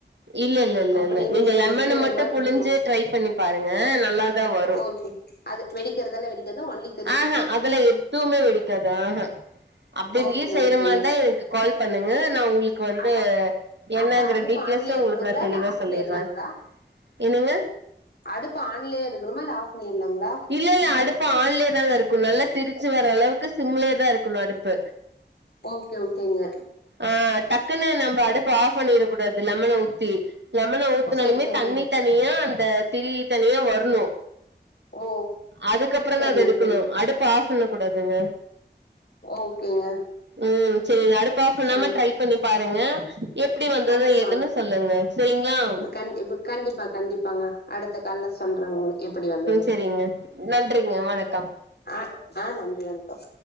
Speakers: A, on the right; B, on the left.
A: இல்ல இல்ல இல்ல
B: அப்படின்னு
A: இல்ல நீங்க
B: சொல்லிட்டு
A: லெமன மட்டு
B: மறுபடியு
A: புழுஞ்சு ட்ரை பண்ணிப் பாருங்க நல்லாதா வரு
B: ஓகே அது வெடிக்கெறதெல்லா வெடிக்காது வன்லி
A: ஆஹா அதெல்லா எதுவுமே வெடிக்காது ஆஹா அப்டி இங்க்யே
B: ஓகே
A: செய்ற
B: ஓகேங்க
A: மாரி இருந்தா எனக்கு கால் பண்ணுங்க நா உங்குளுக்கு வந்து
B: அப்பா
A: என்னங்கற
B: அப்ப அடுப்பு
A: டீட்டெய்ல்ஸ
B: ஆன்லயா இருக்கணுங்களா
A: உங்களுக்கு நா தெளிவா
B: இல்ல ஆஃப்
A: சொல்லீற்ற
B: பண்ணிர்லாங்களா
A: என்னங்க
B: அடுப்பு ஆன்லயே இருக்கணுமா இல்ல ஆஃப் பண்ணீர்லாங்களா
A: இல்ல இல்ல அடுப்பு ஆன்லயே தாங்க இருக் கு நல்லா திரிச்சு வர அளவுக்கு சிம்லயே தா இருக்கணு அடுப்பு
B: ஓகே ஓகேங்க
A: ஆ டக்குன்னு நம்ம அடுப்ப ஆஃப் பண்ணிர கூடாது லெமன ஊத்தி லெமன ஊத்துனாலுமே
B: ஓ செரி செரி
A: தண்ணி
B: செரி
A: தனியா அந்த திரி தனியா வர்ணு
B: ஓ
A: அதுக்கப்பறொ
B: செரிங்க
A: தா அத எடுக்கனு
B: செரிங்க
A: அடுப்ப ஆஃப் பண்ண கூடாதுங்க
B: ஓகேங்க
A: ம் செரி அடுப்ப ஆஃப் பண்ணாம
B: செரி
A: ட்ரை பண்ணி பாருங்க எப்டி வந்துது
B: கண்டிப்பாங்க
A: எதுன்னு சொல்லுங்க செரிங்ளாவ்
B: கண் இப்ப கண்டிப்பா கண்டிப்பாங்க அடுத்த கால்ல சொல்றா உங்க எப்படி வந்ததுனு
A: செரிங்க நன்றிங்க வணக்கம்
B: அ ஆ நன்றி வணக்கம்